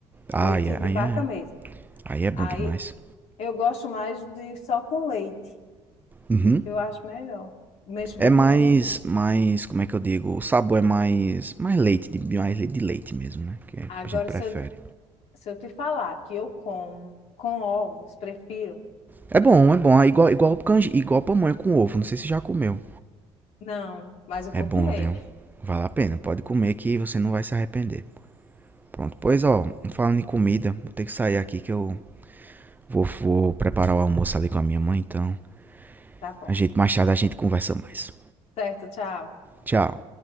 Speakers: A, on the right (about 15°); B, on the left (about 65°).
A: Ah,
B: leite
A: é,
B: de
A: aí
B: vaca
A: é,
B: mesmo.
A: aí é bom
B: Aí
A: demais.
B: eu gosto mais de só com leite,
A: Uhum.
B: eu acho melhor. Mexo
A: É
B: bem
A: mais,
B: muito. de-
A: mais, como é que eu digo? O sabor é mais, mais leite, de, mais leite de leite mesmo, né? Que é,
B: Agora,
A: a gente prefere.
B: se eu, se eu te falar que eu como com ovos, prefiro,
A: É bom, é bom. É igual, igual canje, igual pamonha com ovo. Não sei se já comeu.
B: não, mas eu vou
A: É bom,
B: comer.
A: viu? Vale a pena. Pode comer que você não vai se arrepender. Pronto, pois ó, falando em comida, vou ter que sair aqui que eu vou, vou preparar o almoço ali com a minha mãe, então.
B: Tá bom.
A: A gente, mais tarde
B: Tá
A: a gente conversa mais.
B: Certo, tchau.
A: Tchau.